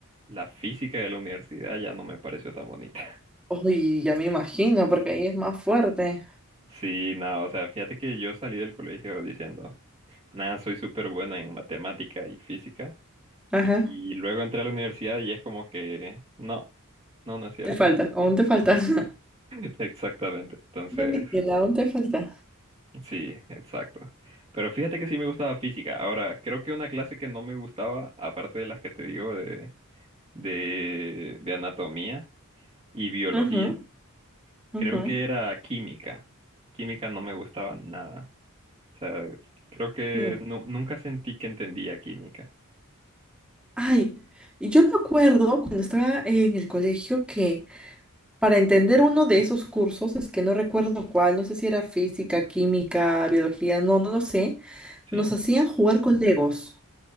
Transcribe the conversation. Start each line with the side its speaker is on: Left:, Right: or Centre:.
Right: la física de la universidad, ya no me pareció tan bonita.
Centre: Ay, ya me imagino, porque ahí es más fuerte.
Right: Sí, no, o sea, fíjate que yo salí del colegio diciendo, nada, soy súper bueno en matemática y física.
Centre: Ajá,
Right: Y luego entré a la universidad y es como que, no, no, no es cierto.
Centre: te falta, aún te falta. <laughs>
Right: <laughs> Exactamente. Entonces,
Centre: No, Miquela, aún te falta.
Right: sí, exacto. Pero fíjate que sí me gustaba física. Ahora, creo que una clase que no me gustaba, aparte de las que te digo de, de, de anatomía y biología,
Centre: Ujú, ujú.
Right: creo que era química. Química no me gustaba nada. O sea, creo que
Centre: Mm.
Right: nu- nunca sentí que entendía química.
Centre: Ay, y yo me acuerdo cuando estaba en el colegio que para entender uno de esos cursos, es que no recuerdo cuál, no sé si era física, química, biología, no, no lo sé,
Right: ¿Sí?
Centre: nos hacían jugar con Legos.